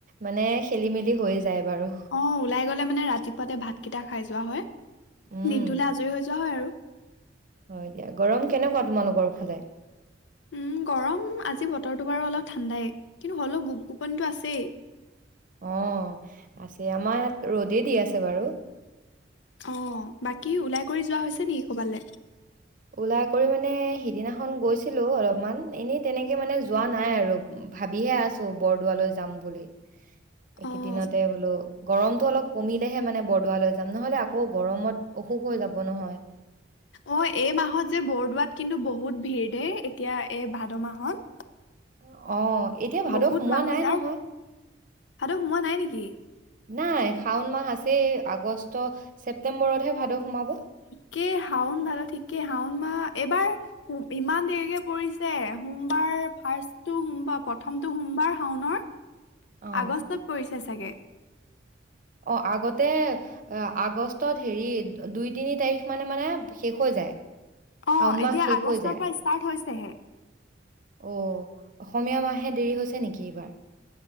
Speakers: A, on the right; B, on the left.
A: মানে খেলি মেলি হৈ য যায় বাৰু।
B: অ ওলাই গ'লে মানে ৰাতিপুৱাতে ভাতকেইটা খাই যোৱা হয়।
A: উম,
B: দিনটোলৈ আজৰি হৈ যোৱা হয় আৰু।
A: হয় দিয়া গৰম কেনেকুৱা তোমালোকৰ ফালে?
B: উম গৰম আজি বতৰটো বাৰু অলপ ঠাণ্ডাই কিন্তু হ'লেও গোপ গোপনিটো আছেই।
A: অ আছে আমাৰ ইয়াত ৰ'দেই দি আছে বাৰু
B: অ বাকী ওলাই কৰি যোৱা হৈছে নি? ক'বালে
A: ওলাই কৰি মানে সিদিনাখন গৈছিলো অলপমান এনে তেনেকে মানে যোৱা নাই আৰু ভাবিহে আছো বৰদোৱালৈ যাম বুলি এইকেইদিনতে
B: অ',
A: বোলো গৰমটো অলপ কমিলেহে মানে বৰদোৱালৈ যাম নহলে আকৌ গৰমত অসুখ হৈ যাব নহয়
B: অ এই মাহত যে বৰদোৱাত কিন্তু বহুত ভিৰ দেই এতিয়া এই ভাদ মাহত।
A: অ। এতিয়া ভাদ
B: বহুত
A: সোমোৱা
B: মানুহ
A: নাই
B: হৈছে
A: নহয়।
B: আৰু ভাদ সোমোৱা নাই নেকি?
A: নাই শাওন মাহ আছে আগষ্ট ছেপ্টেম্বৰ ছেপ্টেম্বৰত হে ভাদ সোমাব।
B: কে', শাওন ভাদ ঠিকে শাওন মা এইবাৰ ইমান দেৰিকে পৰিছে সোমবাৰ ফাৰ্ষ্ট টো সোমবাৰ প্ৰথমটো সোমবাৰ শাওনৰ
A: অ',
B: আগষ্টত পৰিছে চাগে?
A: অ', আগতে আগষ্টত হেৰি দুই তিনি তাৰিখ মানে মানে শেষ হৈ যায়।
B: অ
A: শাওণ মাহ
B: এতিয়া
A: শেষ
B: আগষ্টৰ
A: হৈ যায়।
B: পৰা ষ্টাৰ্ট হৈছেহে
A: অ অসমীয়া মাহে দেৰি হৈছে নেকি এইবাৰ